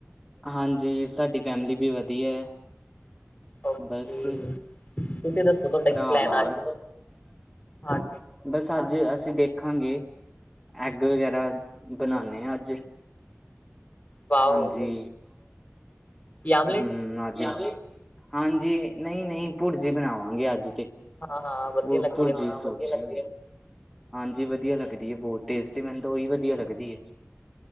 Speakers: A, in the centre; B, on the left.
A: ਹਾਂਜੀ, ਸਾਡੀ ਫੈਮਿਲੀ ਵੀ ਵਧੀਆ।
B: ਓਕੇ,
A: ਬਸ
B: ਤੁਸੀ ਦੱਸੋ ਤੁਹਾਡਾ
A: ਭਰਾ
B: ਕੀ ਪਲੈਨ
A: ਬਾਹਰ
B: ਆ, ਅੱਜ? ਹਾਂ
A: ਬਸ ਅੱਜ ਅਸੀਂ ਦੇਖਾਂਗੇ, ਐਗ ਵਗੈਰਾ ਬਣਾਂਨੇ ਆ, ਅੱਜ।
B: ਵਾਓ
A: ਹਾਂਜੀ,
B: ਕੀ ਆਮਲੇਟ
A: ਹੂੰ ਅੱਜ ਹਾਂਜੀ, ਨਹੀਂ-ਨਹੀਂ, ਭੁਰਜੀ ਬਣਾਵਾਂਗੇ ਅੱਜ ਤੇ।
B: ਹਾਂ ਹਾਂ ਵਧੀਆ
A: ਓ
B: ਲੱਗਦੀ
A: ਭੁਰਜੀ
B: ਆ
A: ਦੀ ਸਬਜ਼ੀ। ਹਾਂਜੀ, ਵਧੀਆ ਲੱਗਦੀ ਏ ਬਹੁਤ, ਟੇਸਟੀ ਮੈਨੂੰ ਤਾਂ ਉਹੀ ਵਧੀਆ ਲੱਗਦੀ ਏ।